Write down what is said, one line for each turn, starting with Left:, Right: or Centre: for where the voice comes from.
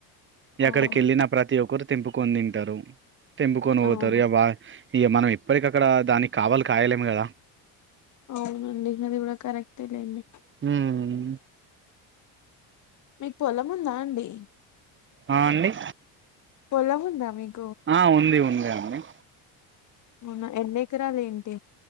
Right: ఎక్కడికి
Left: అవును
Right: వెళ్ళిన ప్రతి ఒక్కరు తెంపుకొ తింటారు టెంబ కొను పోత
Left: అవునా
Right: బ మనం ఇప్పటికక్కడ దానికి కావాలి కాయలేము కదా
Left: అవునండి అది కూడా కరెక్ట్ లేండి
Right: హ్మ్
Left: మీకు పొలం ఉందా అండి
Right: ఆ అండి
Left: పొలం ఉందా మీకు
Right: ఆ ఉంది ఉంది ఆవని
Left: అవునా ఎన్ని ఎకరాలు ఏంటి